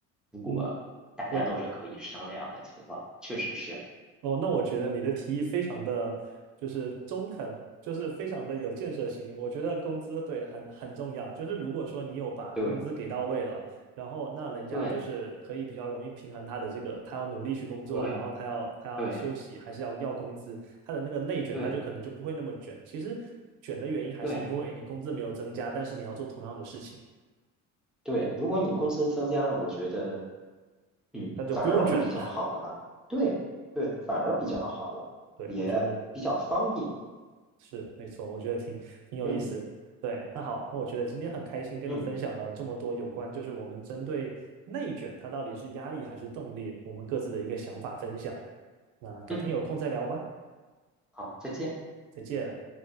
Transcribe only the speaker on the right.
嗯，我
哦，那我觉得你的提议非常的就是中肯，就是非常的有建设性。我觉得工资对很很重要，就是如果说你有把工资给到位了，
然后那人家就是可以比较容易平衡他的这个，
他要努力去工作，
然后他要他要休息，
还是要要工资，他的那个内卷他就可能就不会那么卷。
其实卷的原因还是因为你工资没有增加，
但是你要做同样的事情，
那就不用卷了。
<laughs> 对，
我觉得。是，没错，我觉得挺挺有意思的。
对，那好，那我觉得今天很开心跟你分享了这么多有关，
就是我们针对内卷它到底是压力还是动力，我们各自的一个想法分享。那改天有空再聊吧，
再见。